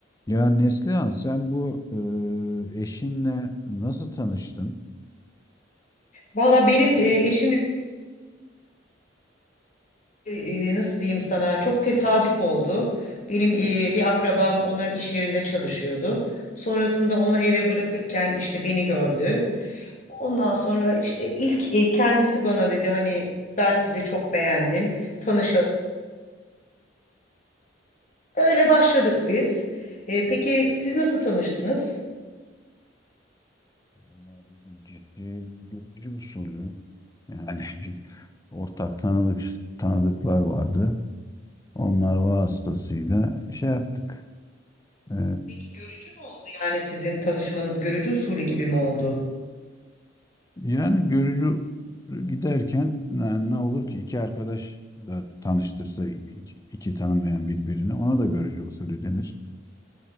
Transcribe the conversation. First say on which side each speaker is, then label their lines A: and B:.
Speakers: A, on the left (about 20°); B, on the left (about 40°).
A: Ya Neslihan sen bu e, eşinle nasıl tanıştın?
B: Valla benim e, eşim e, nasıl diyeyim sana çok tesadüf oldu. Benim e, bir akrabam onların iş yerinde çalışıyordu. Sonrasında onu eve bırakırken işte beni gördü. Ondan sonra işte ilk e, kendisi bana dedi hani ben sizi çok beğendim. Tanışalım. Öyle başladık biz. E, peki siz nasıl tanıştınız?
A: Vallahi bizimki gözcü usulü. Yani <laughs> bir ortak tanıdık tanıdıklar vardı. Onlar vasıtasıyla şey yaptık. E,
B: Peki görücü mü oldu yani sizin tanışmanız görücü usulü gibi mi oldu?
A: yani görücü giderken ne, ne olur ki iki arkadaş da tanıştırsa iki, iki tanımayan birbirini ona da görücü usulü denir.